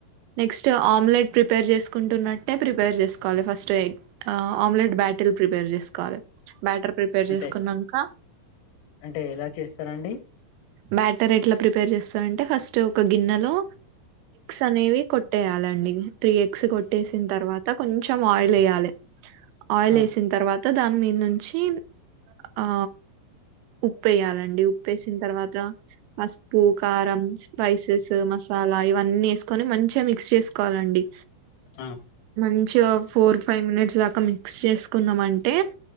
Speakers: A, on the right; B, on the left.
A: నెక్స్ట్ ఆమ్లెట్ ప్రిపేర్ చేసుకుంటున్నట్టే ప్రిపేర్ చేసుకోవాలి ఫస్ట్ ఎగ్ ఆ ఆమ్లెట్ బ్యాటిల్ ప్రిపేర్ చేసుకోవాలి బ్యాటిల్ ప్రిపేర్
B: అంటే
A: చేసుకున్నాంక
B: అంటే ఎలా చేస్తారండి
A: బ్యాటర్ ఎట్ల ప్రిపేర్ చేస్తారంటే ఫస్ట్ ఒక గిన్నెలో అనేవి కొట్టేయాలండి త్రీ ఎగ్స్ కొట్టేసిన్ తర్వాత కొంచం ఆయిల్ ఎయ్యాలి ఆయిల్
B: ఆ
A: ఏసిన తర్వాత దాని మీద్ నుంచి ఆ ఉప్పు ఏయాలండి ఉప్పు వేసిన తర్వాత పసుపు కారం స్పైసెస్ మసాలా ఇవన్నీ వేసు మంచీగా మిక్స్ చెస్కోవలండి
B: ఆ
A: మంచి ఫోర్ ఫైవ్ మినిట్స్ దాకా మిక్స్ చేసుకున్నాం అంటే